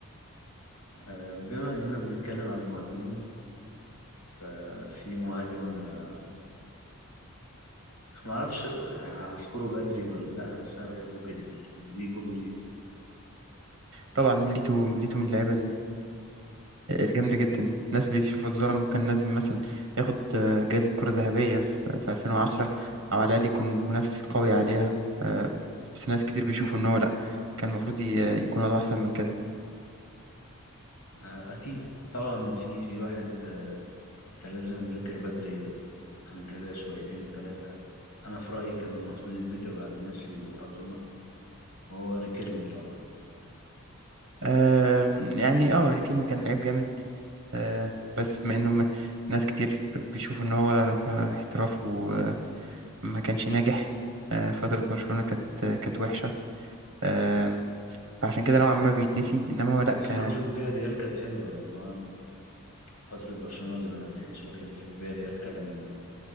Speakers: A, on the left; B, on the right.
A: آه، بما إننا بنتكلم عن المهاجمين آه، في مهاجم أنا ما اعرفش هشكره بدري ولا لا بس انا بحبه جدا يعني دي جملة
B: طبعا ميليتو ميليتو من اللعيبة الجامدة جدا ناس بيشوفوا اتظلم وكان لازم مثلا ياخد آه، جايزة كرة ذهبية في في 2010 أو على الأقل يكون منافس قوي عليها آه، بس ناس كتير بيشوفوا إن هو لأ كان المفروض ي- يكون وضعه أحسن من كده
A: آه، اكيد طبعا في في واحد آه، كان لازم يتذكر بدري عن كده شويتين ثلاثة انا في رأيي كان المفروض يتذكر بعد ميسي ومارادونا وهو ريكيلمي طبعا
B: آه، يعني اه ريكيلمي كان لعيب جامد آه، بس مع إنه م- ناس كتير بيشوفوا إن هو آه، احتراف وما كانش ناجح آه، فترة برشلونة كانت آه، كانت وحشة آه، فعشان كده نوعا ما بيتنسي إنما هو لأ
A: بس فترة فياريال كانت حلوة يعني هو فترة برشلونة اللي ما نجحتش لكن في فياريال كان